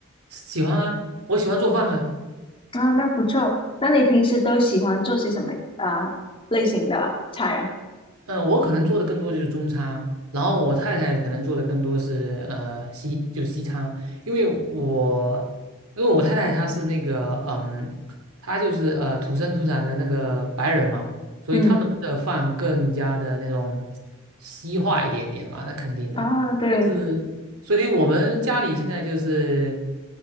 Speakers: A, on the right (about 85°); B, on the left (about 25°).
A: 喜欢啊，我喜欢做饭啊，
B: 啊，那不错。那你平时都喜欢做些什么啊、类型的菜啊？
A: 嗯，我可能做的更多就是中餐，然后我太太可能做的更多是呃西，就是西餐，因为我因为我太太她是那个嗯，她就是呃土生土长的那个白人嘛，所以他们的饭更加的那种
B: 嗯，
A: 西化一点点嘛，那肯定的，
B: 啊，对，
A: 是，所以我们家里现在就是